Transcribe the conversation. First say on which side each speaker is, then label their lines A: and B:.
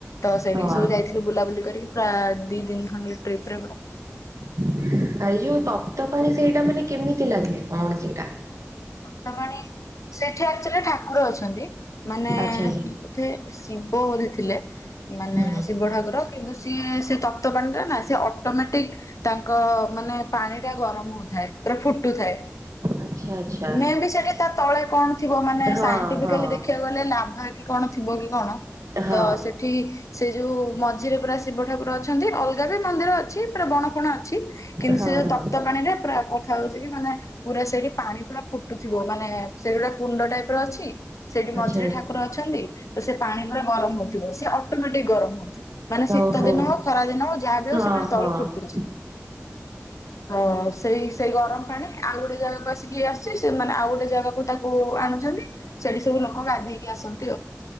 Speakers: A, on the left (about 80°); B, on the right (about 80°).
A: ତ ସେଠିକି
B: ହଁ
A: ସବୁ ଯାଇଥିଲୁ ବୁଲାବୁଲି କରି କଣ ଦି ଦିନି ଖଣ୍ଡେ ଟ୍ରିପ୍ ରେ ପୁରା।
B: ଏ ଯୋଉ ତପ୍ତ ପାଣି ସେଇଟା ମାନେ କେମିତି ଲାଗେ କଣ ସେଇଟା?
A: ତପ୍ତପାଣୀ ସେଠି ଏକ୍ଟୁଆଲି ଠାକ୍ ଠାକୁର ଅଛନ୍ତି ମାନେ
B: ଆଚ୍ଛା ଆଚ୍ଛା
A: ବୋଧେ ଶିବ ବୋଧେ ଥିଲେ। ମାନେ
B: ହୁଁ
A: ଶିବଠାକୁର କିନ୍ତୁ ସିଏ ସେ ତପ୍ତ ପାଣିଟା ନା ସିଏ ଅଟୋ ମେଟିକ୍ ତାଙ୍କ ମାନେ ପାଣି ଟା ଗରମ ହଉଥାଏ ପୁରା ଫୁଟୁଥାଏ।
B: ଆଚ୍ଛା ଆଚ୍ଛା।
A: ମେ ବି ସେଠି ତା ତଳେ କଣ ଥିବ ମାନେ
B: ହଁ
A: ସାଇଣ୍ଟିଫିକେଲ୍
B: ହଁ
A: ଦେଖିଆକୁ ଗଲେ ଲାଭା କି କଣ ଥିବ କି କଣ।
B: ଅ ହ।
A: ଏଠି ସେ ଯୋଉ ମଝିରେ ପୁରା ଶିବ ଠାକୁର ଅଛ ଅଛନ୍ତି। ଅଲଗା ବି ମନ୍ଦିର ଅଛି ପୁରା ବଣ ଫଣ ଅଛି କିନ୍ତୁ
B: ହଁ
A: ସେ ଯୋଉ ତପ୍ତ ପାଣିରେ ପୁରା କଥ୍ କଥା ହଉଚି କି ମାନେ ପୁରା ସେଇଠି ପାଣି ପୁରା ଫୁଟୁଥିବ। ମାନେ ସେଇଠି ଗୋଟେ କୁଣ୍ଡ ଟାଇପି ର ଅଛି ସେଇଠି
B: ଆଚ୍ଛା
A: ମଝିରେ
B: ଆଚ୍ଛା।
A: ଠାକୁର ଅଛନ୍ତି। ତ ସେ ପାଣି ପୁରା ଗରମ ହଉଥିବ ସେ ଅଟୋମେଟିକ୍ ଗରମ ହଉଥିବ। ମାନେ ଶୀତ
B: ଓହୋ
A: ଦିନ ହଉ ଖରା ଦିନ ହଉ ଯାହା ବି
B: ହଁ
A: ହଉ
B: ହଁ
A: ସିଏ ପୁରା
B: ହଁ
A: ତଳୁ ଫୁଟୁଚି। ତ ସେଇ ସେଇ ଗରମ ପାଣି ଆଉ ଗୋଟେ ଜାଗାକୁ ଆସିକି ଆସ୍ ସେ ସେମାନେ ଆଉ ଗୋଟେ ଜାଗାକୁ ତାକୁ ଆଣୁଚନ୍ତି ସେଠି ସବୁ ଲୋକ ଗାଧେଇକି ଆସନ୍ତି ଉ